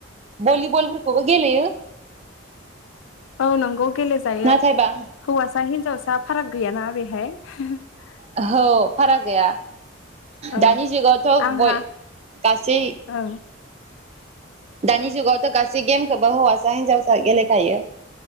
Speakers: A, on the right; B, on the left.
A: भलिबलफोरखौबो गेलेयो
B: औ नंगौ गेलेजायो
A: नाथायबा
B: हौवासा हिनजावसा फाराग गैयाना बेहाय <unintelligible>
A: औहो फाराग गैया
B: औ
A: दानि जुगावथ'
B: आंहा
A: बय गासै
B: ओं
A: दानि जुगाव गासै गेमखौबो हौवासा हिनजावसा गेलेखायो